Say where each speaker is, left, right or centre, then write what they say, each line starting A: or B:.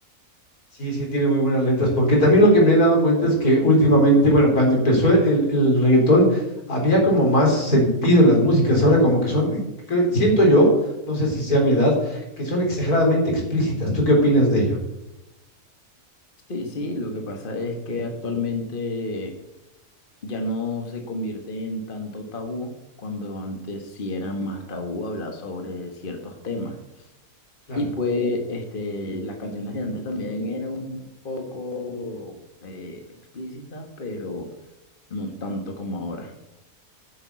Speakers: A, on the left; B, on the left.
A: Sí, sí, tiene muy buenas letras, porque también lo que me he dado cuenta es que últimamente, bueno, cuando empezó el, el reggaetón, había como más sentido en las músicas, ahora como que son, que siento yo, no sé si sea mi edad, que son exageradamente explícitas. ¿Tú qué opinas de ello?
B: Sí, sí, lo que pasa es que actualmente ya no se convierte en tanto tabú cuando antes sí era más tabú hablar sobre ciertos temas.
A: Claro.
B: Y pues este, las canciones de antes también eran un poco eh, explícitas, pero no tanto como ahora.